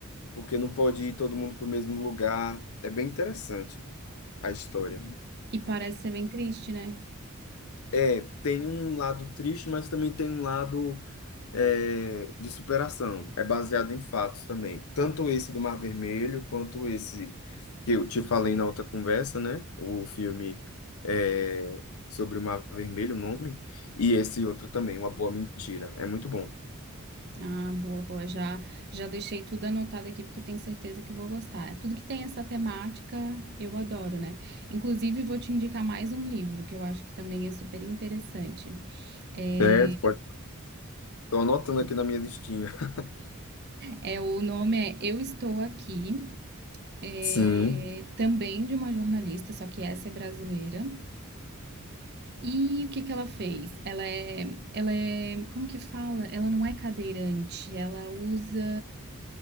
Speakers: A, on the left (about 90°); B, on the right (about 50°).
A: porque não pode ir todo mundo para o mesmo lugar. É bem interessante a história.
B: E parece ser bem triste, né?
A: É, tem um lado triste, mas também tem um lado é, de superação. É baseado em fatos também. Tanto esse do Mar Vermelho, quanto esse que eu te falei na outra conversa, né? O filme é, sobre o Mar Vermelho, o nome. E esse outro também, Uma Boa Mentira. É muito bom.
B: Ah, boa, boa. Já, já deixei tudo anotado aqui porque tenho certeza que vou gostar. É, Tudo que tem essa temática eu adoro, né? Inclusive, vou te indicar mais um livro que eu acho que também é super interessante. É,
A: Certo, pode. Estou anotando aqui na minha listinha. <laughs>
B: é, o nome é Eu Estou Aqui, é,
A: Sim,
B: também de uma jornalista, só que essa é brasileira. E o que que ela fez? Ela é, ela é, como que fala? Ela não é cadeirante, ela usa.